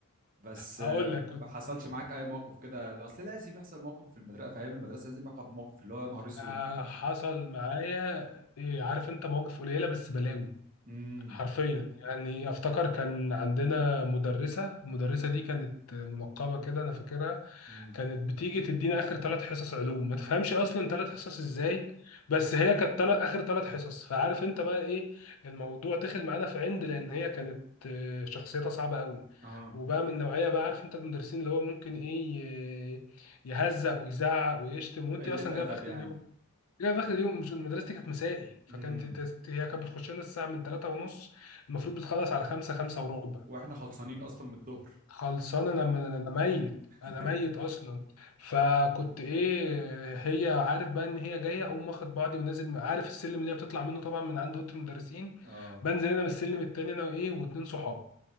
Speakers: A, on the right; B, on the left.
A: بس
B: هقول
A: آه،
B: لك كنت
A: ما حصلش معاك اي موقف كده اصل لازم يحصل موقف في المدرسة في ايام المدرسة لازم يقف موقف اللي هو يا نهار اسود
B: آه، حصل معايا إيه، عارف انت مواقف قليلة بس بلاوي
A: امم
B: حرفيا يعني افتكر كان عندنا مدرسة المدرسة دي كانت منقبة كده انا فاكرها
A: امم
B: كانت بتيجي تدينا اخر ثلاث حصص علوم ما تفهمش اصلا ثلاث حصص ازاي بس هي كانت تلات اخر ثلاث حصص فعارف انت بقى ايه الموضوع دخل معانا في عند لان هي كانت آه، شخصيتها صعبة قوي
A: اه
B: وبقى من نوعية بقى عارف انت المدرسين اللي هو ممكن ايه ي- يهزق ويزعق ويشتم وانت
A: قلة
B: اصلا
A: ادب
B: جايب اخر
A: يعني
B: اليوم لا في اخر اليوم مش مدرستي كانت مسائي فكانت
A: امم
B: تست... هي كانت بتخش لنا الساعه من 3 ونص المفروض بتخلص على 5 5 وربع
A: واحنا خلصانين اصلا من الظهر
B: خلصان انا م- انا ميت
A: <laughs>
B: انا ميت اصلا فكنت ايه هي عارف بقى ان هي جايه اقوم واخد بعضي ونازل عارف السلم اللي هي بتطلع منه طبعا من عند اوضه المدرسين
A: اه
B: بنزل انا من السلم التاني انا وايه واتنين صحاب